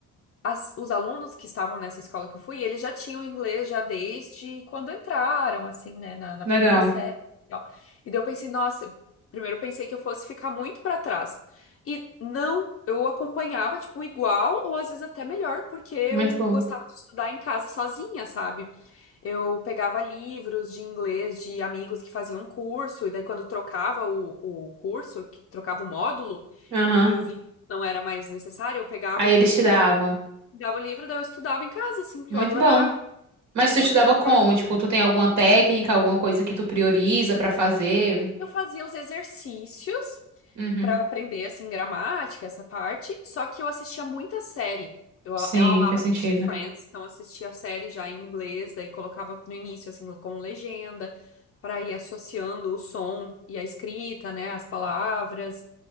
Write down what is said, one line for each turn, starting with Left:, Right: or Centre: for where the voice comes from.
Left: as- os alunos que estavam nessa escola que eu fui, eles já tinham inglês já desde quando entraram, assim, né, na, na
Right: Legal.
Left: primeira série. E tal. E daí eu pensei, nossa, primeiro eu pensei que eu fosse ficar muito para trás. E não, eu acompanhava, tipo, igual ou às vezes até melhor, porque eu
Right: Muito bom.
Left: gostava de estudar em casa sozinha, sabe? Eu pegava livros de inglês de amigos que faziam curso, e daí quando trocava o, o curso, que trocava o módulo,
Right: Aham.
Left: e o vídeo não era mais necessário, eu pegava
Right: Aí
Left: o livro
Right: eles te davam.
Left: Dava o livro, daí eu estudava em casa, assim, porque
Right: Muito
Left: eu adorava
Right: bom. Mas
Left: muito.
Right: tu estudava
Left: E
Right: como?
Left: aí
Right: Tipo, tu tem alguma técnica, alguma coisa que tu prioriza pra fazer?
Left: eu fazia os exercícios
Right: Uhum.
Left: pra aprender, assim, gramática, essa parte. Só que eu assistia muita série. Eu,
Right: Sim,
Left: eu amava
Right: faz
Left: assistir
Right: sentido.
Left: Friends, então assistia a série já em inglês, daí colocava no início, assim, com legenda, pra ir associando o som e a escrita, né, as palavras.